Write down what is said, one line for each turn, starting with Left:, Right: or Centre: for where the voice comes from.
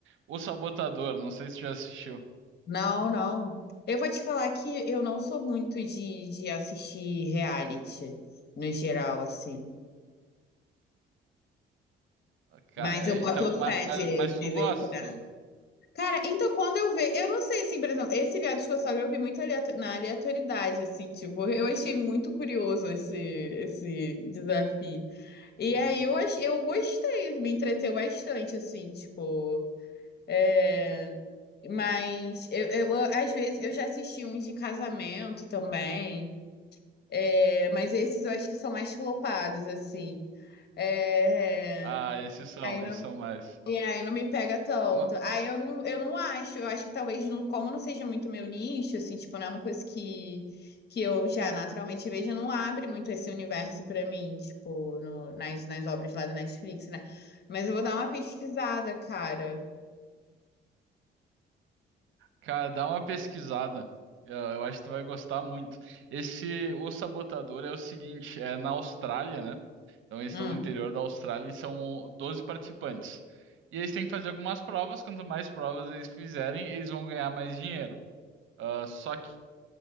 Right: O Sabotador. Não sei se tu já assistiu.
Left: Não, não. Eu vou te falar que eu não sou muito de, de assistir reality, no geral, assim.
Right: Ca-
Left: Mas
Right: é,
Left: eu boto
Right: Então,
Left: Ah,
Right: mas,
Left: fé de,
Right: mas
Left: de
Right: tu gosta,
Left: ver esse reality.
Right: tu?
Left: Cara, então quando eu vejo, eu não sei, assim, por exemplo, esse reality que eu só eu vi muito aleato- na aleatoriedade, assim, tipo, eu achei muito curioso esse, esse desafio. E
Right: <laughs>
Left: aí eu, ach- eu gostei, me entreteu bastante, assim, tipo. é, Mas eu, eu, às vezes, eu já assisti uns de casamento também. É, mas esses eu acho que são mais flopados, assim. É,
Right: Ah, esses são,
Left: aí
Right: esses
Left: não,
Right: são mais.
Left: e aí não me pega tanto.
Right: Ma-
Left: Aí eu não, eu não acho, eu acho que talvez, não, como não seja muito meu nicho, assim, tipo, não é uma coisa que, que eu já naturalmente vejo, não abre muito esse universo pra mim, tipo, no- nas, nas obras lá do Netflix, né? Mas eu vou dar uma pesquisada, cara.
Right: Cara, dá uma pesquisada. Eu eu acho que tu vai gostar muito. Esse O Sabotador é o seguinte, é na Austrália, né? Então eles
Left: Hum,
Right: estão no interior da Austrália e são 12 participantes. E eles têm que fazer algumas provas, quanto mais provas eles fizerem, eles vão ganhar mais dinheiro. Ah, só que